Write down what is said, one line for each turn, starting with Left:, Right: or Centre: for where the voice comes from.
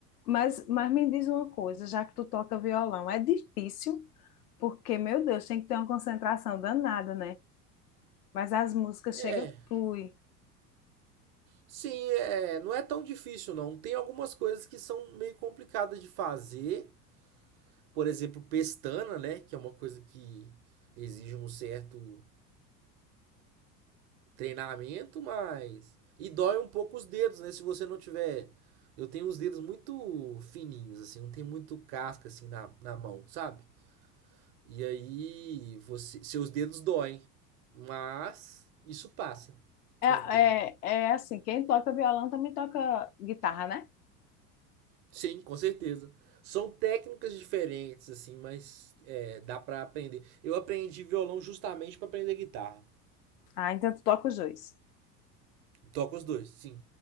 Left: Mas, mas me diz uma coisa, já que tu toca violão, é difícil, porque, meu Deus, tem que ter uma concentração danada, né? mas as músicas
Right: É,
Left: chegam, flui.
Right: sim, é, não é tão difícil não. Tem algumas coisas que são meio complicadas de fazer. Por exemplo, pestana, né? Que é uma coisa que exige um certo treinamento, mas. E dói um pouco os dedos, né? Se você não tiver. Eu tenho os dedos muito fininhos, assim, não tem muito casca assim na, na mão, sabe? E aí você, seus dedos doem, mas isso passa
Left: É,
Right: com o tempo.
Left: é, é assim, quem toca violão também toca guitarra, né?
Right: Sim, com certeza. São técnicas diferentes, assim, mas é, dá pra aprender. Eu aprendi violão justamente pra aprender guitarra.
Left: Ah, então tu toca os dois.
Right: Toco os dois, sim.